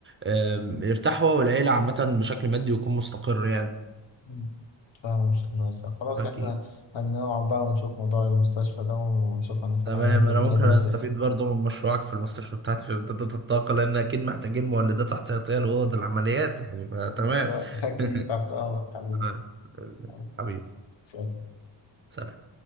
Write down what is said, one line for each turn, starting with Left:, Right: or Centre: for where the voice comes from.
Right: آم، يرتاح هو والعيلة عامة بشكل مادي ويكون مستقر يعني
Left: مم. فاهم مش هندسة. خلاص
Right: أكيد
Left: إحنا هنقعد بقى ونشوف موضوع المستشفى ده ونشوف هنف-
Right: تمام
Left: هنعمل
Right: أنا
Left: الدنيا
Right: ممكن
Left: دي
Right: أستفيد
Left: إزاي
Right: برضو من مشروعك في المستشفى بتاعتي في إمدادات الطاقة لأن أكيد محتاجين مولدات احتياطية لأوض العمليات يعني فتمام
Left: إن شاء <laughs> أكيد
Right: <laughs>
Left: تحت أمرك حبيبي
Right: تمام
Left: حبيبي.
Right: حبيبي
Left: سلام.
Right: سلام